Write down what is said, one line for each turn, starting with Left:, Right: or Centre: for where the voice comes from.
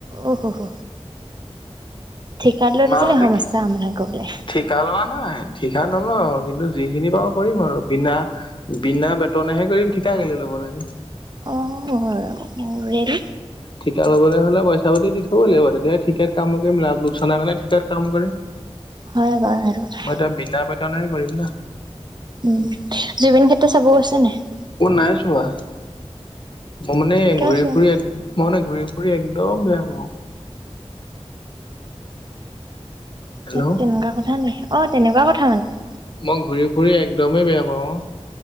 Right: অ হ হ ঠিকা লৈ
Left: মাহঁতে
Right: থৈছে নেকি সমস্যা
Left: কি
Right: সমাধান কৰিবলে।
Left: ঠিকা লোৱা নাই ঠিকা নলওঁ কিন্তু যিখিনি পাৰো কৰিম আৰু বিনা বিনা বে বেতনেহে কৰিম ঠিকা কেলে ল'ব লাগে।
Right: অ অ ৰেল
Left: ঠিকা লবলে হলে পইচা পাতি দি থব লাগিব তেতিয়াহে ঠিকাত কাম কৰিম লাভ লোকচানাৰ কাৰণে ঠিকাত কাম কৰিম।
Right: হয় বাৰু হেতু কথা।
Left: মই এতিয়া বিনা বেতনেহে কৰিম না।
Right: উম, জুবিন খেত্ৰ চাব গৈছে নে নাই?
Left: অ নাই যোৱা, মই মানে
Right: কিয়
Left: ঘূৰি
Right: চোন
Left: ফুৰি এক মই মানে ঘূৰি ফুৰি একদম বেয়া পাওঁ। হেল্ল'
Right: সেই তেনেকুৱা কথা নি, অ তেনেকুৱা কথা মানে।
Left: মই ঘূৰি ফুৰি একদমেই বেয়া পাওঁ অ।